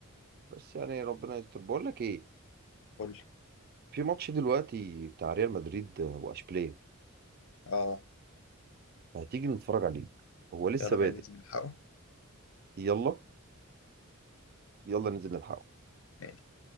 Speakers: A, on the right; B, on the left.
A: بس يعني ربنا يستر بقول لك ايه
B: قول لي
A: في ماتش دلوقتي بتاع ريال مدريد واشبيليه
B: اه
A: هتيجي نتفرج عليه هو لسه
B: يلا بينا
A: بادئ
B: ننزل نلحقه
A: يلا يلا ننزل نلحقه
B: ماشي.